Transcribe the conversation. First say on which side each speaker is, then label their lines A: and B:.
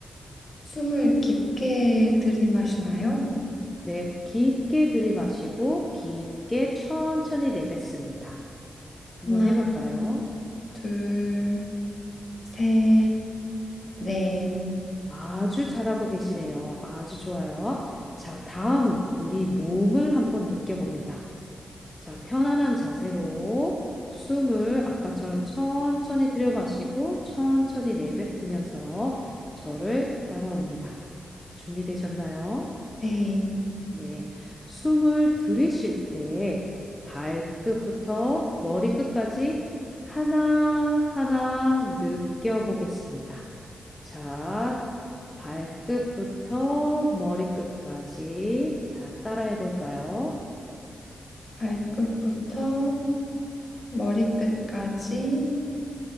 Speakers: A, on the left (about 45°); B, on the left (about 20°).
A: 숨을 깊게 들이마시나요?
B: 네, 깊게 들이마시고, 깊게 천천히 내뱉습니다. 한번
A: 하나,
B: 해볼까요?
A: 둘, 셋, 넷.
B: 아주 잘하고 계시네요. 아주 좋아요. 자, 다음은 우리 몸을 한번 느껴봅니다. 자, 편안한 자세로 숨을 아까처럼 천천히 들여 마시고 천천히 내뱉으면서 저를 따라옵니다. 준비되셨나요?
A: 네,
B: 네. 숨을 들이쉴 때 발끝부터 머리끝까지 하나하나 느껴보겠습니다. 자, 발끝부터 머리끝까지. 자, 따라해 볼까요?
A: 발끝부터 머리끝까지